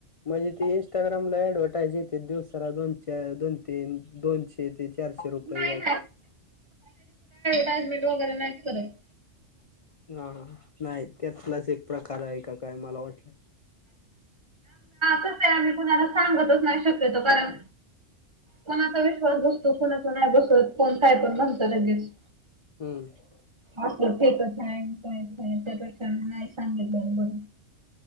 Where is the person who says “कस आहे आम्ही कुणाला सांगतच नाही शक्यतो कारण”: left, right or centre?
Right